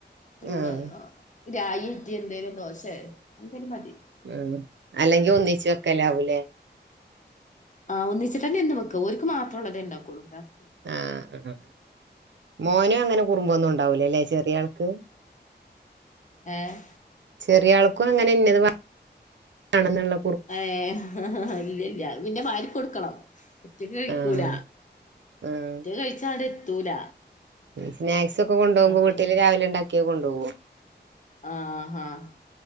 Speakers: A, on the left (about 45°); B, on the right (about 85°).
A: അത്രേ ഉള്ളൂ
B: ആഹ്
A: അഹ് രായിത്തെ എന്തേലും ദോശേ എന്തേലും മതി
B: മ് അല്ലെങ്കിൽ ഒന്നിച്ച് വെക്കലാവൂലേ
A: ആ ഒന്നിച്ചിട്ട്ന്നെ എന്നും വെക്ക ഓൽക്ക് മാത്രള്ളതേണ്ടാക്കൊള്ളൂ രാത്
B: ആഹ് മോനും അങ്ങനെ കുറുമ്പൊന്നും ഉണ്ടാവൂലല്ലേ ചെറിയ ആൾക്ക്
A: ഏഹ്
B: ചെറിയ ആൾക്കും അങ്ങനെ ഇന്നത് <unintelligible> ണെന്നുള്ള
A: ഏഹ് ഇല്ലല്ല പിന്നെ വാരിക്കൊടുക്കണം ഒറ്റക്ക് കഴിക്കൂല
B: ആഹ് ആഹ്
A: ഒറ്റക്ക് കഴിച്ചാ അടെ എത്തൂല
B: സ്നാക്സ് ഒക്കെ കൊണ്ടുപോകുമ്പോ
A: അപ്പൊ
B: വീട്ടില് രാവിലെ ഉണ്ടാക്കിയ കൊണ്ടുപോവോ
A: ആഹ് അഹ്